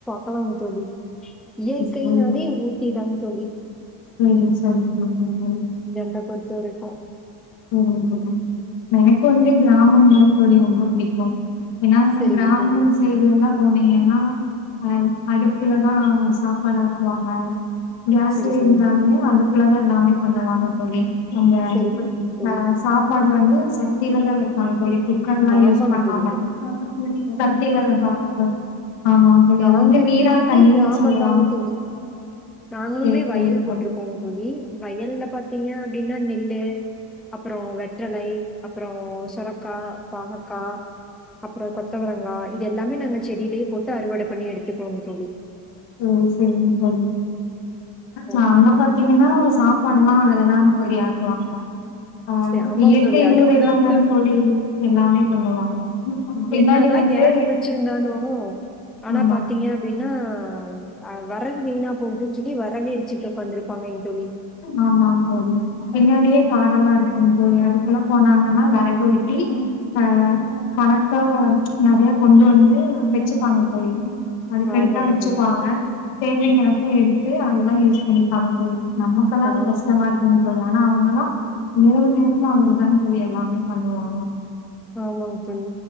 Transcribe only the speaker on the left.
தோழி
சரிங்க சரி சரி சரி
செரிங் தோழி எனக்கு வந்து கிராமம் தா தோழி ரொம்ப பிடிக்கு ஏனா அங்க வந்து
கிராமம்
சைட் இல்லனா போனீங்கன்னா அ அடுப்புலதா சாப்பாடாக்குவாங்க கேஸ்ஸே
இருந்தாலுமே அடுப்புலதா எல்லாமே பண்ணுவாங்க தோழி அங்க
சா சாப்பாடு வந்து சட்டியிலதா வைப்பாங்க தோழி குக்கர்லா
யூஸ் பண்ணாம
சட்டியில வைப்பாங்க தோழி ஆமாங் தோழி
அது வந்து
நீராத்தண்ணினு
சொல்லுவாங்க
தோழி
சேரி தோழி
பண்ண
சேரி சேரிங் தோழி
நாங்க பாத்தீங்கனா சாப்பாடுலா அதுலதாங் தோழி ஆக்குவாங்க ஆ,
இயற்கை
முறையிலதாங் தோழி எல்லாமே பண்ணுவாங்க பின்னாடி
வந்து
ஆமாங்க
ஆமாங் தோழி, பின்னாடியே காடெல்லா இருக்குங் தோழி அதுக்குலா போனாங்கனா வெறகு வெட்டி ஆ கணக்கா நறைய கொண்டு வந்து வெச்சுப்பாங்க தோழி அடுக்கடுக்கா
வெச்சுப்பாங்க
தேவைங்கிறப்ப எடுத்து அததா யூஸ் பண்ணப்பாங்க தோழி நமக்கெல்லா
அது கஷ்டமாருக் குங் தோழி ஆனா அவங்கல்லா மூணு நேரமு அதுலதாங்க தோழி எல்லாமே பண்ணுவாங்க